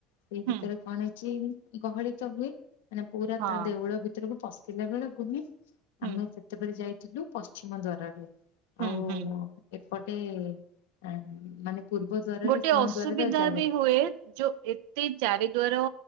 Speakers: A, on the left; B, on the right.
A: ସେଇ
B: ହୁଁ
A: ଭିତରେ କଣ ହେଇଚି ଗହଳି ତ ହୁଏ, ମାନେ ପୁରା
B: ହଁ
A: ତା ଦେଉଳ ଭି ଭିତୁରକୁ ପଶିଲା ବେଳକୁ ହିଁ
B: ହୁଁ
A: ଆମେ ସେତେବେଳେ ଯାଇଥିଲୁ ପଶ୍ଚିମ ଦ୍ଵାରରେ।
B: ହୁଁ
A: ଆଉ
B: ହୁଁ
A: ଏପଟେ ଅଁ ମାନେ ପୂର୍ବ ଦ୍ଵାରରେ
B: ଗୋଟେ
A: ସିଂହ
B: ଅସୁବିଧା
A: ଦ୍ଵାରରେ ଯାଇ
B: ବି ହୁଏ, ଯୋଉ ଏତେ ଚାରି ଦ୍ୱାର